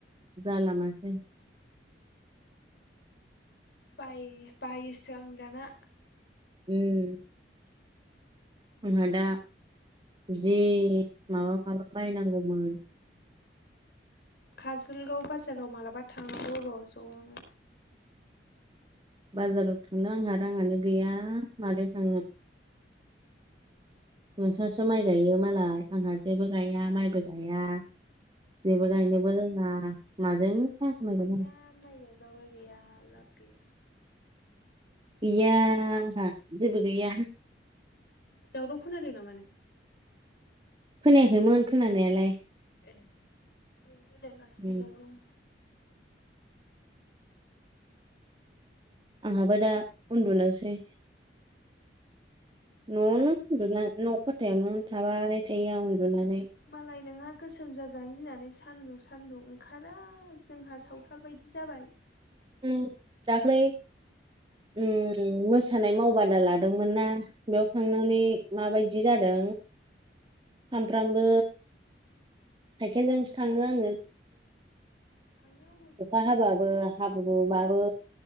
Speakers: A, on the right; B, on the left.
A: जाला माथो।
B: बायो बायोसो आं दाना।
A: उम आंहा दा जि माबा माबा बायनांगौमोन
B: काजलगाव बाजाराव मालाबा थांनांगौ र' ज'नो
A: बाजाराव थांनो आंहा राङानो गैया माजों थांनो नोंससो माइ गायो मालाय आंहा जेबो गाया माइबो गाया जेबो गायनोबो रोङा माजों रां खामायगोन
B: गैया
A: आं
B: माय गायबाबो गैया लाब गैया
A: गैया आंहा जेबो गैया
B: दावराव खोनादों नामा नों
A: खोनायाखैमोन खोनानायालाय
B: ए बेयाव रायलायगासिनो
A: उम
B: दं
A: आंहाबो दा उन्दुनोसै न'आवनो <unintelligible> ' खाथायावनो थाबाय थायो आं उन्दुनानै
B: मालाय नोंहा गोसोम जाजानो गिनानै सान्दुं सान्दुं ओंखारा जोंहा सावथाल बायदि जाबाय
A: ओम दाख्लै ओम मोसानाय मावबादा लादोंमोन ना बेयाव थांनानै माबायदि जादों
B: <inaudible>
A: सानफ्रामबो साइकेलजोंसो थाङो आङो
B: थांनायावल'सो
A: अखा हाबाबो हाब्रु माबो